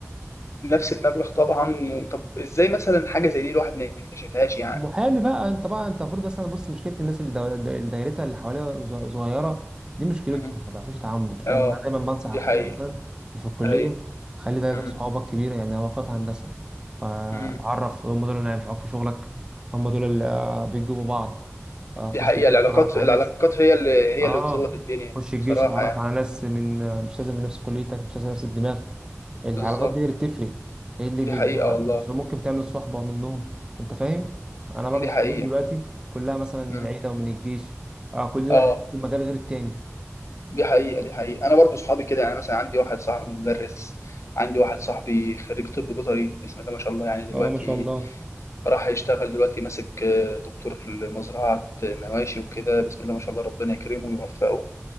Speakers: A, on the left; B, on the right.
A: نفس المبلغ طبعا و- طب ازاي مثلا حاجه زي دي الواحد ما يكتشفهاش يعني
B: محامي بقى انت بقى انت المفروض مثلا بص مشكله الناس اللي دا- دا- دايرتها اللي حواليها ز- صغيره دي مشكلتهم
A: امم
B: ما بيعرفوش يتعاملوا انت فاهم
A: اه
B: انا دايما بنصح اخويا
A: دي حقيقه
B: مثلا اللي في الكليه
A: اي
B: خلي دايرتك
A: امم
B: صحابك كبيره يعني هو خايف هندسه فتعرف
A: امم
B: هم دول اللي هينفعوك في شغلك هم دول اللي آه، بيجيبوا بعض آه،
A: دي
B: خش
A: حقيقه
B: الجيش
A: العلاقات
B: اتعرف على
A: العلاقات
B: ناس
A: هي اللي هي
B: اه
A: اللي بتظبط الدنيا
B: خش الجيش
A: بصراحه
B: اتعرف
A: يعني
B: على ناس من آه، مش لازم في نفس كليتك مش لازم نفس الدماغ العلاقات
A: بالظبط
B: دي اللي بتفرق هي اللي بيبقى
A: دي حقيقه والله
B: ممكن تعمل صحبة منهم انت فاهم انا برضو
A: دي
B: صحبتي
A: حقيقه
B: دلوقتي كلها مثلا من
A: امم
B: العيلة ومن الجيش اه كل
A: اه
B: واحد في مجال غير التاني
A: دي حقيقه دي حقيقه انا برضو صحابي كده يعني مثلا عندي واحد صاحبي مدرس عندي واحد صاحبي خريج طب بيطري بسم الله ما شاء الله يعني دلوقتي
B: اه ما شاء الله
A: راح يشتغل دلوقتي ماسك آه، دكتور في مزرعة مواشي وكده بسم الله ما شاء الله ربنا يكرمه ويوفقه